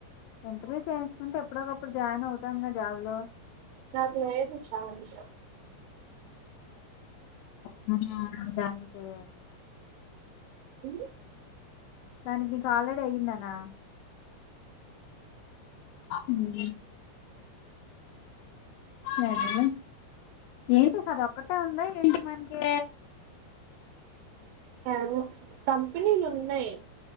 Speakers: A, on the left; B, on the right.
A: ఇంటర్వ్యూ చేయించుకుంటే ఎప్పుడోకప్పుడు జాయిన్ అవుతాం కద జాబ్లో
B: నాకులేదు ఛాన్స్
A: అహ దానికి
B: మ్
A: దానికి నీకు ఆల్రెడీ అయ్యిందనా మ్ ఏంటిది ఏంటి అది ఒక్కటే ఉందా ఏంటి మనకి
B: లేవు కంపెనీలున్నాయ్